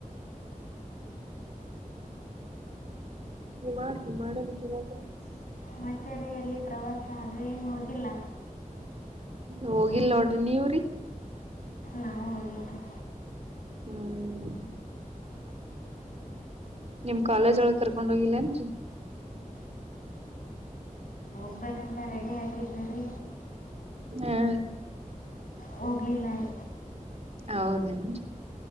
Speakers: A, on the right (about 50°); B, on the left (about 75°).
A: ನಿ ಮಾಡ ನಿ ಮಾಡ ನಿಜ ಮಾಡ <unintelligible>
B: ಮತ್ತ ರೀ ಎಲ್ಲಿ ಪ್ರವಾಸ ಅದು ಏನು ಹೋಗಿಲ್ಲ
A: ಹೋಗಿಲ್ಲ ನೋಡ್ರಿ ನೀವ್ ರಿ
B: ನಾವು ಹೋಗಿದ್ವಿ
A: ಹ್ಮ್ ನಿಮ್ ಕಾಲೇಜ್ ಒಳಗ್ ಕರ್ಕೊಂಡ ಹೋಗಿಲ್ಲೇನ್ರಿ
B: ಸಿಗ್ಬೇಕಂತ ರೆಡಿ ಆಗಿದ್ದ್ರೀ
A: ಹಾ
B: ಹೋಗ್ಲಿಲ್ಲ ರಿ
A: ಹೌದೇನ್ರಿ